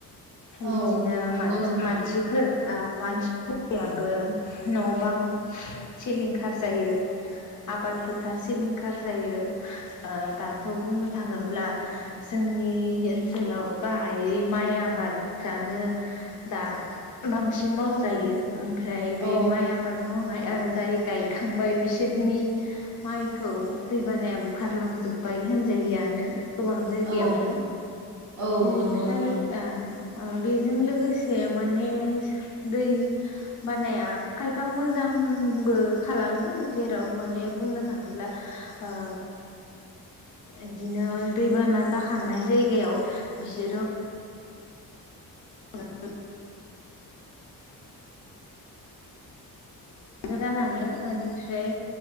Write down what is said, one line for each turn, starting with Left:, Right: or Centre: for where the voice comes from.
Right: औ
Left: बिदिनो
Right: नंगौ
Left: मान-मानसिफोर
Right: नोंथां
Left: ओ मानसि फोरनियाबो न' बां सिलिंखार जायो आबाद फोथार सिलिंखार जायो ओ दाथ' बुंनो थाङोब्ला
Right: <inaudible>
Left: जोंनि ओनसोलाव गाहायै माइ आबादफ्रानो दा बांसिन मावजायो ओमफ्राय
Right: औ
Left: बे माइ आबाद मावनाय ओ जाय गायखांबाय बिसोरनि माइखौ दैबानाया बुखारलांजोब्बाय होनजायोआनो गोबां जायगायावनो
Right: औ औ
Left: बेनिफ्राय
Right: नंगौ नोंथां
Left: आ ओ बेजों लोगोसे माने दै बानाया खायफा मोजां बो खालामो जेराव माने बुंनो थाङोब्ला ओ
Right: <inaudible>
Left: इदिनो दैबाना जाखांनाय जायगायाव बिसोरो <unintelligible> <unintelligible> ओनफ्राय